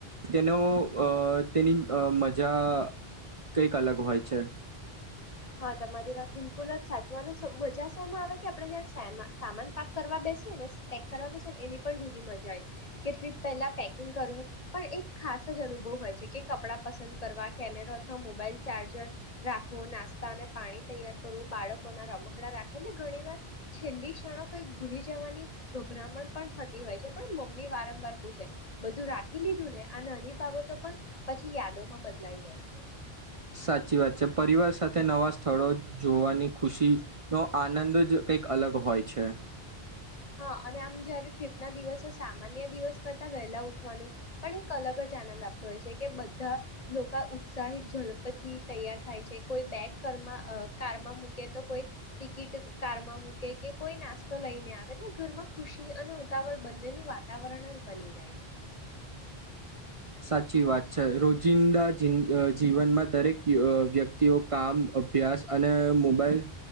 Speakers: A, on the right; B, on the left.
A: તેનો અ તેની અ મજા કઈક અલગ હોય છે.
B: હા તમારી વાત બિલકુલ જ સાચું અને સ મજા સામાં આવે કે આપડે જયારે સેમ સામાન પાક કરવા બેસીએને, પેક કરવા બેસીને, એની પણ જુદી મજા આવે. કેટલી પહેલા પેકિંગ કરવું પણ એક ખાસ જ અનુભવ હોય છે, કે કપડાં પસંદ કરવા, કેમેરો અથવા મોબાઈલ ચાર્જર રાખો નાસ અને પાણી તૈયાર કરવું, બાળકોના રમકડા રાખો એટલે ઘણી વાર છેલ્લી ક્ષણો કઈ ભૂલી જવાની ગભરામણ પણ થતી હોય છે પણ મમ્મી વારંવાર પૂછે બધું રાખી લીધું ને? આ નાની બાબતો પણ પછી યાદોમાં બદલાઈ જાય છે.
A: સાચી વાત છે, પરિવાર સાથે નવા સ્થળો જોવાની ખુશીનો આનંદ જ કંઈક અલગ હોય છે.
B: હા અને આમ જયારે ટ્રીપના દિવસે સામાન્ય દિવસ કરતા વહેલા ઉઠવાનું, પણ એક અલગ જ આનંદ આપતો હોય છે, કે બધા લોકો ઉત્સાહિત, ઝડપથી તૈયાર થાય છે કોઈ બેગમાં ઘરમાં, કારમાં મૂકે તો કોઈ ટિકિટ કારમાં મૂકે કે કોઈ નાસ્તો લઈને આવે- ઘરમાં ખુશી અને ઉતાવળ બંનેનું વાતાવરણ જ બની જાય છે.
A: સાચી વાત છે. રોજિંદા જીન જીવનમાં અ દરેક અ વ્યક્તિઓ કામ અભ્યાસ અને મોબાઈલ